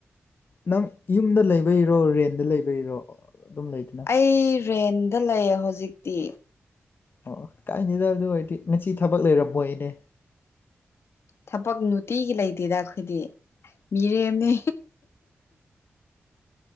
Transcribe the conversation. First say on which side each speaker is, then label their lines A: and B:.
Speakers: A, on the left (about 55°); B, on the left (about 75°).
A: ꯅꯪ ꯌꯨꯝꯗ ꯂꯩꯕꯩꯔꯣ ꯔꯦꯟꯗ ꯂꯩꯕꯩꯔꯣ ꯑꯗꯨꯝ ꯂꯩꯗꯅ
B: ꯑꯩ ꯔꯦꯟꯗ ꯂꯩꯌꯦ ꯍꯧꯖꯤꯛꯇꯤ
A: ꯑꯣ ꯀꯥꯏꯗꯦꯆꯗ ꯑꯗꯨ ꯑꯣꯏꯔꯗꯤ ꯉꯁꯤ ꯊꯕꯛ ꯂꯩꯔꯝꯃꯣꯏ ꯅꯦ
B: ꯊꯕꯛ ꯅꯨꯡꯇꯤꯒꯤ ꯂꯩꯇꯦꯗ ꯑꯈꯣꯏꯗꯤ ꯃꯤꯔꯦꯝꯅꯦ